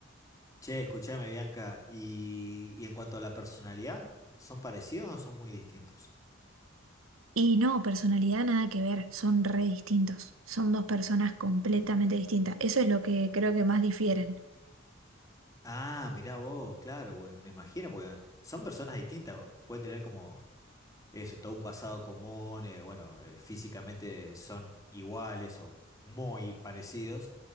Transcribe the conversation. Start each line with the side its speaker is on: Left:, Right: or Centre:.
Left: Che, escuchame, Bianca, y, y en cuanto a la personalidad, ¿son parecidos o son muy distintos?
Right: Y no, personalidad nada que ver, son re distintos, son dos personas completamente distintas. Eso es lo que creo que más difieren.
Left: Ah, mirá vos, claro, porque me imagino, porque son personas distintas, pueden tener como eso, todo un pasado común, eh, bueno, eh, físicamente son iguales o muy parecidos,